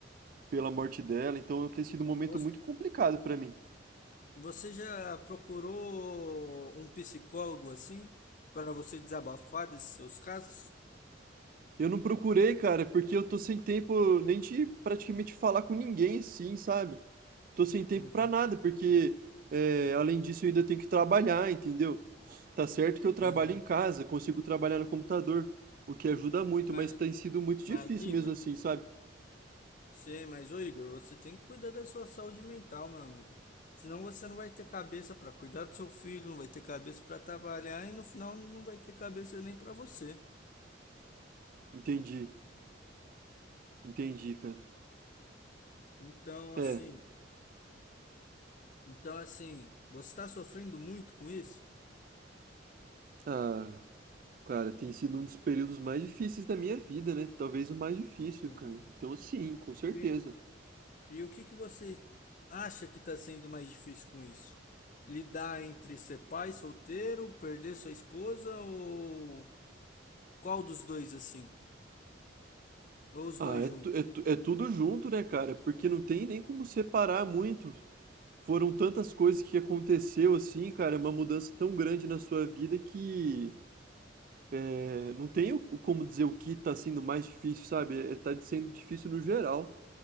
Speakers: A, on the right; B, on the left.
A: Pela morte dela, então tem sido um momento
B: Você
A: muito complicado pra mim.
B: você já procurou um psicólogo assim para você desabafar desses seus casos?
A: Eu não procurei, cara, é porque eu tô sem tempo nem de praticamente falar com ninguém, sim, sabe? Tô sem tempo
B: Uhum.
A: pra nada, porque é, além disso eu ainda tenho que trabalhar, entendeu? Tá certo que eu trabalho
B: Aham.
A: em casa, consigo trabalhar no computador, o que ajuda muito,
B: Mas,
A: mas tem sido muito
B: mas,
A: difícil
B: Igor,
A: mesmo assim, sabe?
B: sim, mas ô Igor, você tem que cuidar da sua saúde mental, meu amigo. Senão você não vai ter cabeça para cuidar do seu filho, não vai ter cabeça para trabalhar e no final não vai ter cabeça nem para você.
A: Entendi, entendi, cara.
B: Então,
A: É,
B: assim, Então, assim, você está sofrendo muito com isso?
A: ah, cara, tem sido um dos períodos mais difíceis da minha vida, né? Talvez o mais difícil,
B: Uhum.
A: cara. Então, sim, com certeza.
B: E, e o que que você acha que está sendo mais difícil com isso? Lidar entre ser pai solteiro, perder sua esposa ou qual dos dois assim? Ou os
A: Ah,
B: dois
A: é,
B: juntos?
A: tu- é tu- é tudo junto, né, cara? Porque não tem nem como separar muito. Foram tantas coisas que aconteceu assim, cara, é uma mudança tão grande na sua vida que é, não tem o- o como dizer o que tá sendo mais difícil, sabe? É, tá sendo difícil no geral.